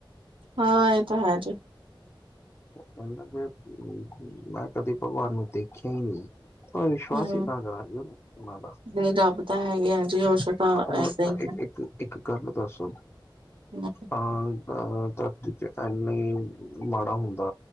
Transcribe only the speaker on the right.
ਹਾਂ, ਏ ਤਾਂ ਹੈ ਜੀ।
ਹੂੰ
ਨਹੀਂ ਰੱਬ ਤਾਂ ਹੈਗੇ ਆ ਜੀ ਉਸ ਤਾਂ
ਏਦਾਂ ਹੀ
ਹੈ